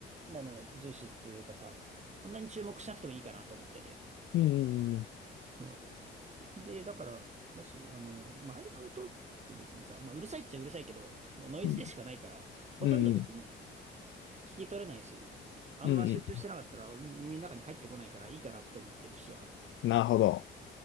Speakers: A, on the right; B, on the left.
A: なんだろうな、重視というかさ、そんなに注目しなくてもいいかなと思ってて。
B: うん、うん、
A: うん、で、だから、だし、あの、周りの音って別にさ、まあうるさいっちゃうるさいけど、もうノイズでしかないから、
B: うん、
A: ほとんど別に
B: うん、
A: 聞き取れないし、あんま集中してなかったら俺の耳の中に入ってこないからいいかなって思ってる節はある。
B: うん、うんなるほど。